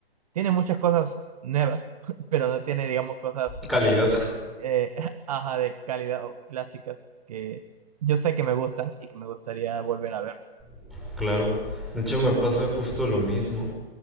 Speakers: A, on the right; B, in the centre.
A: Tiene muchas cosas nuevas, <laughs> pero no tiene, digamos, cosas
B: Calidad,
A: eh, <laughs> ajá, de calidad o clásicas que yo sé que me gustan y que me gustaría volver a ver.
B: <laughs> claro. De hecho me pasa justo lo mismo.